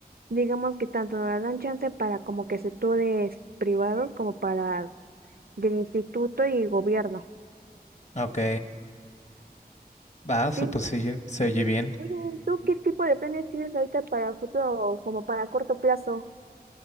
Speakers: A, on the right (about 65°); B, on the left (about 45°).
A: digamos que tanto nos dan chance para como que sectores privados como para del instituto y gobierno.
B: Ok. Va, se-
A: Sí.
B: pues se oye se oye bien.
A: Oye, ¿tú qué tipo de planes tienes ahorita para futuro o como para corto plazo?